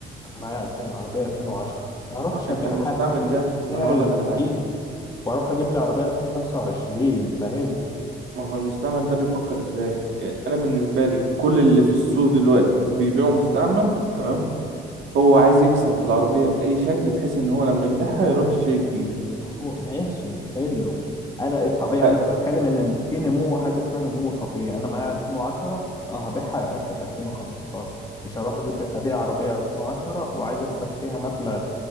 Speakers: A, on the left; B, on the right.
A: معايا 2000 العربية 2010 ما
B: ما
A: أروحش
B: هو انت
A: أبيعها
B: المستعمل ده ما
A: بسعر
B: انا هقول
A: الجديد
B: لك على حاجه
A: واروح اجيب لي عربيه 2025 فاهم
B: ما هو المستعمل ده بيفكر ازاي إيه، انا بالنسبه لي كل اللي في السوق دلوقتي وبيبيعوا مستعمل تمام
A: مم.
B: هو عايز يكسب في العربية بأي شكل بحيث ان هو لما يبيعها يروح يشتري جديد
A: ما هو ماشي حلو انا الطبيعي
B: ح-
A: انا بتكلم ان في نمو حاجه اسمها نمو طبيعي انا معايا 2010 اه هبيعها هركب 2015 مش هروح اجيب ابيع عربيه 2010 وعايز اكسب فيها مبلغ